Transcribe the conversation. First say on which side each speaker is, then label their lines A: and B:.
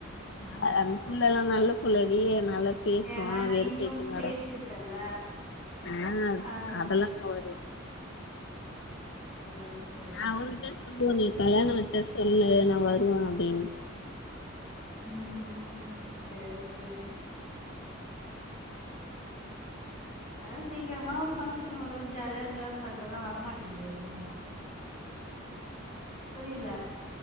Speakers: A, on the left; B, on the left.
A: நா அது குள்ளெல்லா நல்ல பிள்ளடி நல்லப் பேசுவோ
B: ஏன்னா நீயும்
A: வெறுப் ஏத்தினுகிட
B: பேசிருக்கல்ல
A: ஆ
B: அதனால
A: அதெல்லா நா வருவே
B: ஸ் சேர்ஸ்
A: நா அவருகிட்டயே சொல்லுவே நீ கல்யாணம் வச்சா சொல்லு நா வருவே அப்படின்னு
B: ம் ம் சேர் சேரி அத்தா சீக்கிரமா ஒரு ஃபங்க்ஷன் வரும் ஜாலியா இருக்கலான்னு பாத்தாதா வர மாட்டிங்குதே எதுவுமே புரியல